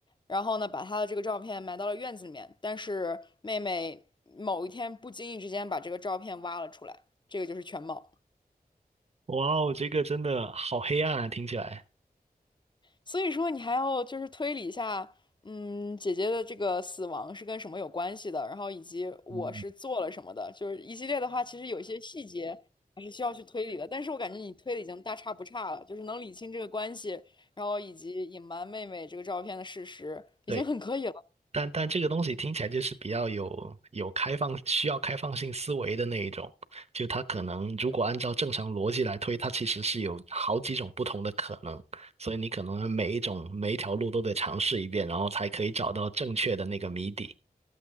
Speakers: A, on the left; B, on the right.
A: 然后呢，把她的这个照片埋到了院子里面。但是妹妹某一天不经意之间把这个照片挖了出来，这个就是全貌。
B: 哇哦，这个真的好黑暗啊，听起来。
A: 所以说，你还要就是推理一下，嗯，姐姐的这个死亡是跟什么有关系的，然后以及我是做了什么的，
B: 嗯，
A: 就是一系列的话，其实有一些细节还是需要去推理的。但是我感觉你推理已经大差不差了，就是能理清这个关系，然后以及隐瞒妹妹这个照片的事实，
B: 对。
A: 已经很可以了。
B: 但但这个东西听起来就是比较有有开放，需要开放性思维的那一种。就它可能如果按照正常逻辑来推，它其实是有好几种不同的可能，所以你可能每一种每一条路都得尝试一遍，然后才可以找到正确的那个谜底。